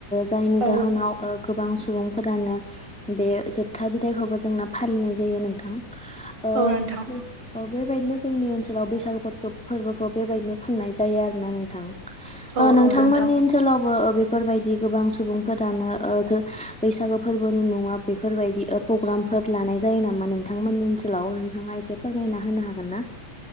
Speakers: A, in the centre; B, on the right.
A: जायनि
B: औ
A: जाहोनाव गोबां सुबुंफोरानो बे जोबथा बिदायखौबो जोंना फालिनाय जायो नोंथां ओह
B: औ नोंथां
A: बेबायदिनो जोंनि ओनसोलाव बैसागु फोर फोरबोखौ बेबायदिनो खुंनाय जायो आरोना नोंथां
B: औ
A: नोंथांमोन
B: औ नोंथां
A: जोंनि ओनसोलावबो बेफोरबायदि गोबां सुबुंफोरानो ओ बैसागो फोरबोनि मुङा बे बेफोरबायदि प्रग्रामफोर लानाय जायो नामा नोंथांमोननि ओनसोलाव नोंथाङा एसे फोरमायना होनो हागोन ना